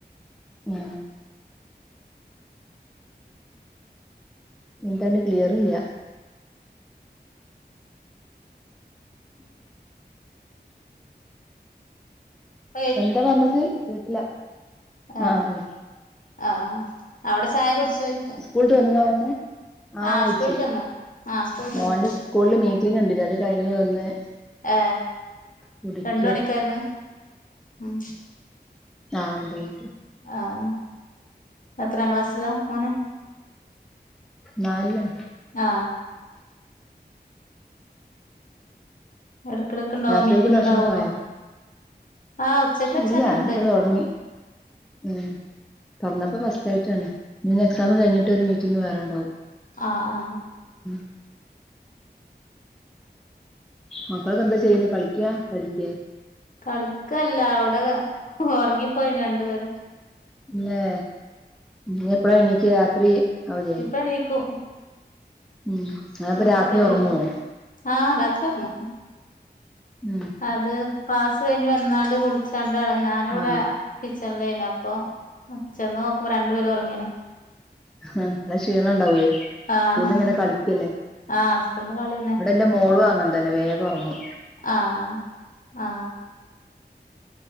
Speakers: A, in the centre; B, on the left (about 50°).
A: ആ എന്താണ് ക്ലിയറില്ല്യ.
B: ഇപ്പൊ
A: എന്താ പറഞ്ഞത് കേട്ടില്ല
B: ആ
A: ആഹ് അതെ
B: ആ അവിടെ ചായ കുടിച്ചോയ്ക്ക
A: സ്കൂൾട്ട് വന്നുന്നാ പറഞ്ഞെ ആ
B: ആഹ്
A: വിടിച്ചി
B: സ്കൂളിട്ടന്ന് ആഹ് സ്കൂളിട്ടന്ന്
A: മോന്റെ സ്കൂളില് മീറ്റിംഗ് ഉണ്ടിനു അത് കഴിഞ്ഞ് വന്ന്
B: ആ
A: കുടിക്ക
B: രണ്ട് മണിക്കായിരുന്നു ഉം
A: ആ രണ്ടുമണിക്ക്
B: ആഹ് എത്രാം ക്ലാസ്സിലാ മോന്?
A: നാലിലാണ്.
B: ആ എടക്കിടക്ക് ഇണ്ടാവോ
A: രാത്രീലേക്കു
B: മീറ്റിംഗ്
A: ഭക്ഷണൊക്കെ
B: ഇണ്ടാവോ
A: ആയോ?
B: ആഹ് ഉച്ചക്ക് വെച്ചാനുണ്ട്
A: ഇല്ല, അതിപ്പോ തൊടങ്ങി ഉം. പറഞ്ഞപ്പോ ഫസ്റ്റ്‌ ആയിട്ടാണ് ന്നിനി എക്സാം കഴിഞ്ഞിട്ടൊരു മീറ്റിംഗ് വേറൊണ്ട്
B: ആ ആ
A: ഉം മക്കളൊക്കെ എന്താ ചെയ്യണേ കളിക്കാ പഠിക്കാ
B: കളിക്കല്ല, അവിടെ ഒറങ്ങിപ്പോയിണ് രണ്ടുപേരും.
A: പിന്നെ നീ എപ്പഴാ എണീക്ക രാത്രി ആവൂലേ
B: ഇപ്പെണീക്കും.
A: ഉം അപ്പൊ
B: വിളിക്കേണ്ടി
A: രാത്രി ഉറങ്ങുവോ
B: വരും ആ രാത്രി ഒറങ്ങും.
A: ഉം
B: അത് ക്ലാസ് കഴിഞ്ഞ് വന്നാണ്ട് കുളിച്ചാണ്ടാണ് ഞാനിവിടെ
A: ആഹ്
B: കിച് ചൻലേന് അപ്പൊ ചെന്ന് നോക്കുമ്പോ രണ്ടുപേരും ഉറങ്ങേണ്‌
A: ആ നല്ല ക്ഷീണം ഉണ്ടാവേ,
B: ആഹ്
A: സ്കൂളിലിങ്ങനെ കളിക്കല്ലേ.
B: ആഹ് സ്കൂൾന്ന് കളിയന്നെ
A: ഇവിടെന്റെ മോളും അങ്ങനെ തന്നെ വേഗം ഒറങ്ങും.
B: ആ ആ